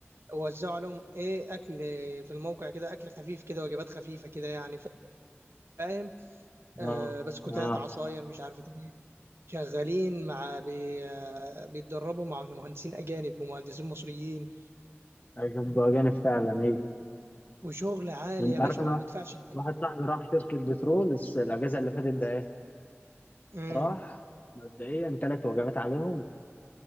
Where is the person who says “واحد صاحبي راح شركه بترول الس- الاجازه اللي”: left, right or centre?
Left